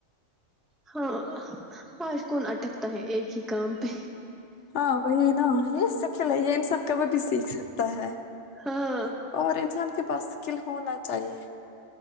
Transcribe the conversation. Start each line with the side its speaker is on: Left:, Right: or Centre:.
Centre: ہاں <unintelligible> آج کون اٹکتا ہے ایک ہی کام پہ
Left: ہاں وہی نا یہ سکل ہے یہ انسان کبھی بھی سیکھ سکتا ہے
Centre: ہاں
Left: <unintelligible> اور انسان کے پاس اسکل ہونا چاہیے